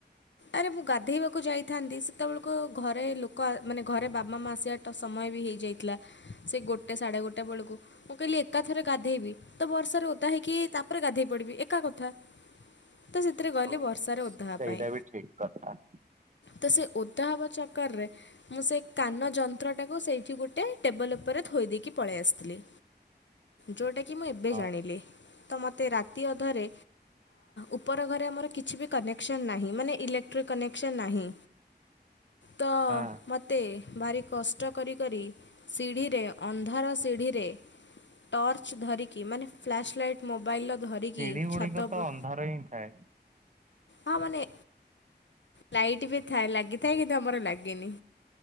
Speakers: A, on the left; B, on the right.
A: ଆରେ ମୁଁ ଗାଧେଇବାକୁ ଯାଇଥାନ୍ତି ସେତେବେଳକୁ ଘରେ ଲୋକ ମାନେ ଘରେ ବାବା ମା ଆସିବା ତ ସମୟ ବି ହେଇଯାଇଥିଲା ସେ ଗୋଟେ ସାଢ଼େ ଗୋଟେ ବେଳକୁ ମୁଁ କହିଲି ଏକା ଥରେ ଗାଧେଇବି ତ ବର୍ଷାରେ ଓଦା ହେଇକି ତାପରେ ଗାଧେଇ ପଡିବି ଏକା କଥା ତ ସେଥିରେ ଗଲି
B: ହଁ,
A: ବର୍ଷାରେ
B: ସେଇଟା
A: ଓଦା ହେବା ପାଇଁ
B: ବି ଠିକ୍ କଥା
A: ତ ସେ ଓଦା ହ ବଚା ଚକ୍ଟର୍ ରେ। ମୁଁ ସେ କାନ ଯନ୍ତ୍ରଟାକୁ ସେଇଠି ଗୋଟେ ଟେବଲ୍ ଉପରେ ଥୋଇ ଦେଇକି ପଳେଇ ଆସିଥିଲି।
B: <inaudible>
A: ଯୋଉଟା କି ମୁଁ ଏବେ
B: ହଁ
A: ଜାଣିଲି। ତ ମୋତେ ରାତି ଅଧରେ ଉପର ଘରେ ଆମର କିଛି ବି କନେକ୍ସନ୍ ନାହିଁ ମାନେ ଇଲେ କ୍ଟ୍ରି କନେକ୍ସନ୍ ନାହିଁ ତ
B: ହଁ।
A: ମତେ ଭାରି କଷ୍ଟ କରିିକରି ସିଢ଼ିରେ ଅନ୍ଧାର ସିଢ଼ିରେ ଟର୍ଚ ଧରିକି ମାନେ ଫ୍ଲାସ ଲାଇଟ୍ ମୋବାଇଲ ର ଧରିକି
B: ସିଢି ଗୁଡିକ
A: ଛାତ
B: ତ
A: ଉପ
B: ଅନ୍ଧାର ହିଁ ଥାଏ
A: ହଁ ମାନେ ଲାଇଟ୍ ବି ଥାଏ ଲାଗିଥାଏ କିନ୍ତୁ ଆମର ଲାଗିନି।